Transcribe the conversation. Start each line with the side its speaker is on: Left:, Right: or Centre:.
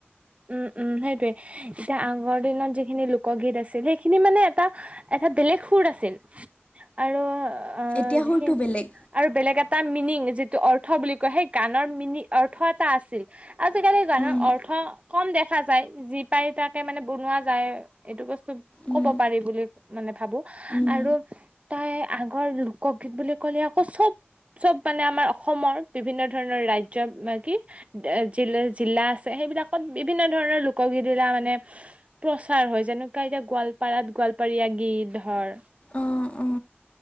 Right: উম উম সেইটোয়ে এতিয়া আগৰ দিনত যিখিনি লোকগীত আছিল সেইখিনি মানে এটা এটা বেলেগ সুৰ আছিল আৰু অ,
Left: এতিয়া
Right: যিখিন
Left: সুৰটো বেলেগ
Right: আৰু বেলেগ এটা যিটো অৰ্থ বুলি ক সেই গৰ ম অৰ্থ এটা আছিল। আজিকালি গানৰ
Left: উম
Right: অৰ্থ কম দেখা যায় যি পাই তাকে মানে বনোৱা যায় এইটো বস্তু
Left: উম
Right: ক'ব পাৰি বুলি মানে ভাবো
Left: উম
Right: আৰু তাই আগৰ লোকগীত বুলি ক'লে আকৌ চব। চব মানে আমাৰ অসমৰ বিভিন্ন ধৰণৰ ৰাজ্যৰ কি জিলা- জিলা আছে সেই এই বিলাকত বিভিন্ন ধৰণৰ লোকগীত ধৰিলা মানে প্ৰচাৰ হয় যেনেকুৱা এতিয়া গোৱালপাৰাত গোৱ কৰীয়া গীত ধৰ।
Left: অ - অ।